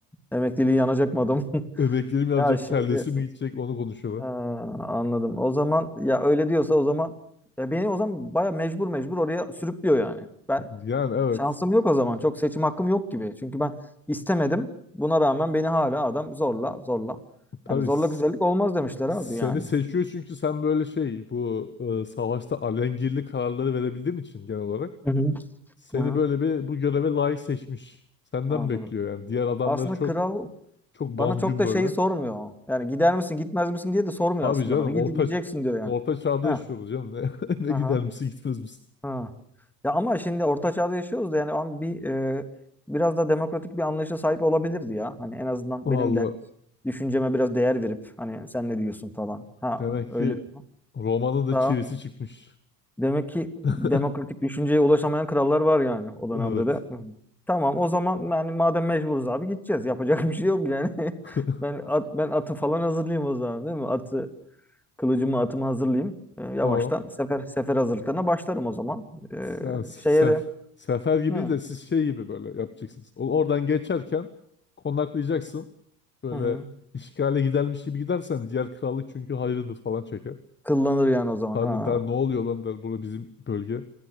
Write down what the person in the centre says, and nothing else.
emekliliği yanacak mı adam? <laughs>
Ya şimdi
Ha, anladım. O zaman ya öyle diyorsa o zaman ya beni o zaman baya mecbur mecbur oraya sürüklüyor yani. Ben
şansım yok o zaman. Çok seçim hakkım yok gibi. Çünkü ben istemedim. Buna rağmen beni hala adam zorla zorla.
Yani zorla
güzellik olmaz demişler abi
yani.
Hı hı.
Hı hı.
Anladım.
Aslında
kral
bana
çok da
şeyi sormuyor. Yani gider misin gitmez misin diye de sormuyor
aslında
bana. Gide-
gideceksin diyor yani.
Ha.
Aha.
Ha. Ya ama şimdi orta çağda yaşıyoruz da yani ama bir e, biraz da demokratik bir anlayışa sahip olabilirdi ya. Hani en azından
benim de düşünceme biraz değer verip hani sen ne diyorsun falan. Ha
öyle
mi?
Daha
demek ki demokratik
düşünceye ulaşamayan krallar var yani o dönemde
de. Hı. Tamam o zaman yani madem mecburuz abi gideceğiz. Yapacak bir şey yok yani. <laughs>
Ben at, ben atı falan hazırlayayım o zaman değil mi? Atı kılıcımı atımı hazırlayayım. E, yavaştan
sefer sefer hazırlıklarına başlarım o zaman. E,
şeye de
Hı.
Hı hı.
Kıllanır yani o zaman.
Ha.